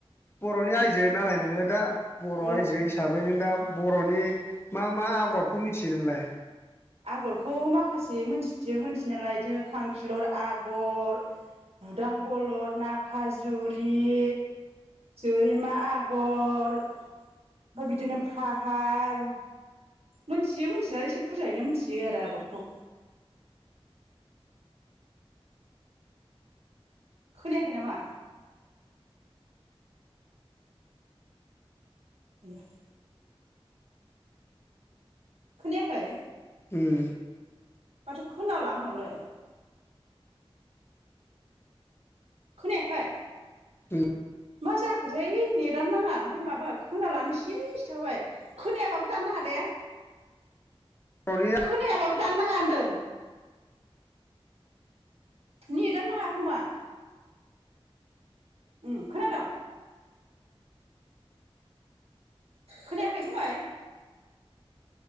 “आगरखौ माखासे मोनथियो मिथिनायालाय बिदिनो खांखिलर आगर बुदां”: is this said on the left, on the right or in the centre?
Right